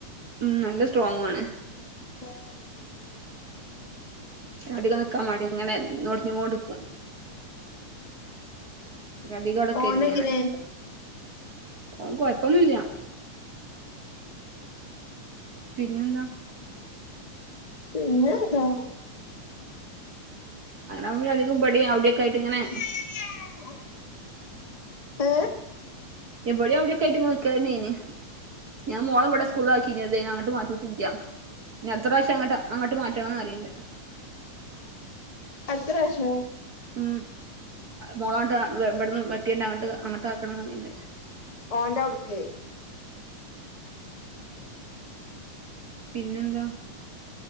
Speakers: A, on the right; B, on the left.
A: ഉ നല്ല സ്ട്രോങ്ങാണ്
B: <inaudible>
A: അടികാക്കാ മടിങ്ങനെ നോടിങ്ങോണ്ടുക്കും ഗതികൊടക്കെല്യാണ്
B: ഓനെങ്ങനെ
A: ഓൻ കൊഴപ്പൊന്നുല്ല്യ പിന്നെന്താ
B: പിന്നെന്താ
A: <unintelligible> അധികോം പടി അവിടെക്കായിട്ട് ഇങ്ങനെ
B: <unintelligible> ഏ
A: ഇവിടെ അവ്ടെക്കായിട്ട് ങ്ങ്നിക്കലന്നേയ്നി ഞാൻ മോളെവ്ടെ സ്കൂള്ലാക്കിനിദേഹം അങ്ങട്ട് മാറ്റീട്ടില്ല്യ ഇനത്തറാവശ്യങ്ങട്ട് അങ്ങട്ട് മാറ്റണംന്ന്റിയ്ണ്ട്
B: അടുത്തറാശോ
A: ഉം മോളാണ്ട് വ് വിടന്ന് വെട്ടിയ്ണ്ട് അങ്ങട്ട് അങ്ങട്ടാക്കണംന്ന് പറയ്ണ്ട്
B: ഓന്റവുടുക്ക്
A: പിന്നെന്താ